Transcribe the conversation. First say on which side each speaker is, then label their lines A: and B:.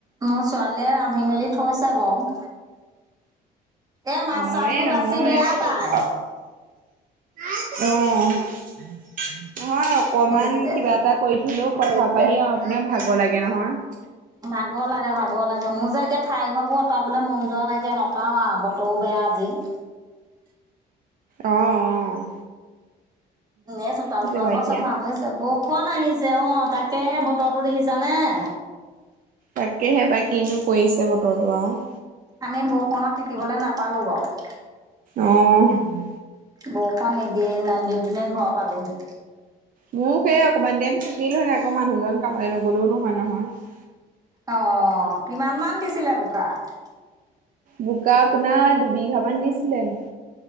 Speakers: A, on the right (about 20°); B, on the right (about 55°).
A: মোৰ ছোৱালীয়ে ৰান্ধি মেলি থৈছে বাৰু। এই মাছ
B: মোৰ
A: চাছবোৰ
B: এই নহয়
A: বাচি বেয়া
B: <unintelligible>
A: পায়
B: <unintelligible> অঁ নহয় অকমান
A: মোক এতিয়া
B: কিবা এটা কৰি থলেও পথাৰ পৰা আহি আপোনাৰ ভাগৰ লাগে নহয় <unintelligible>
A: ভাগৰ লাগে, ভাগৰ লাগে মোৰ যে এতিয়া ঠাই ঘৰবোৰ অঁতাবলৈ মন যোৱা নাইকিয়া ন <unintelligible> পাওঁ আৰু বতৰো বেয়া আজি <unintelligible>
B: অঁ-অঁ।
A: এ চোতাল-চোতাল
B: বাৰু
A: বৰ
B: এতিয়া।
A: চাফা হৈ আছে। বৰষুণ আহিছে অঁ তাকেহে বতৰটো দেখিছানে? <inaudible>
B: তাকেহে পায়, কিনো কৰিছে বতৰটো আৰু <unintelligible>
A: আমি বৰষুণত তিকিবলৈ নাপালোঁ বাৰু। <unintelligible>
B: অঁ। অঁ <unintelligible>
A: বৰষুণ নিদিয়ে <unintelligible> নদি দিনে ঘৰ পালোহি।
B: মোৰ সেই অকণমান টাইম থাকিলো হয়, আকৌ মানুহজন কামলৈ নগলেও নহয়-নহয়। <unintelligible>
A: অঁ কিমান মান দিছিলে বোকা? <unintelligible>
B: বোকা আপোনাৰ দুবিঘামান দিছিলে। <unintelligible>